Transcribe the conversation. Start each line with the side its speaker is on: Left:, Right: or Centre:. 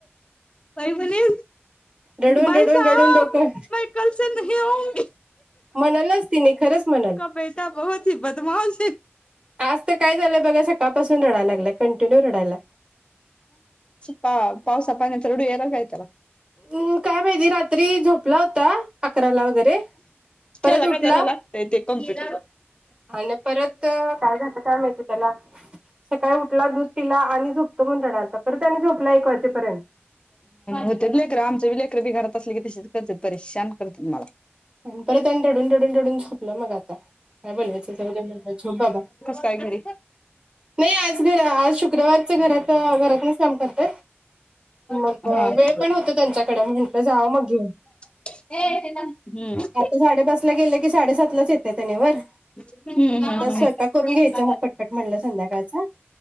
Left: पहिबने
Right: रडून
Left: भाई
Right: रडून
Left: साब
Right: रडून डोकं
Left: म कलसे नाही आऊगी
Right: म्हणालच तिने खरंच म्हणाल..
Left: बेटा बहुीत ही बदमाष
Right: आज तर काय झालंय बघा सकाळपासून रडायला लागलाय. कंटिन्यू रडायला
Left: पा पावसा पा नंतर रुडू एला कायतला.
Right: हम् काय माहिती रात्री झोपला होता. अकराला वगैरे परत
Left: त्याला काय
Right: उठला...
Left: त्याला लागतय ते कॉम्प्युटर..
Right: आणि परत काय झालं काय माहिती त्याला सकाळी उठला दूध तिला आणि झोपतो. म्हणून रडालता परत आणि झोपला. एक व वाजेपर्यंत
Left: होते लेकरं आमच बी लेकरं बी घरात असले की तशीच करते. परेशान करते. मला
Right: आणि परत अ टढून टढून टढून झोपलं मग आता काय बोलायचं झोबा
Left: काही घरी..
Right: नाही आज घर आज शुक्रवारच घरात घरात नाहीच काम करतंय मग
Left: हा हम्म
Right: वेळ पण होत त्यांच्याकडें म्हटलं जावं मग घेऊन
Left: ह ते..
Right: आता साडेपाच ला गेले की साडेसात लाच येते. त्याने वर
Left: हम्म
Right: घता
Left: हम्म हम्म
Right: स्वयंपाक करून घ्यायचं मग पटपट म्हणलं संध्याकाळचा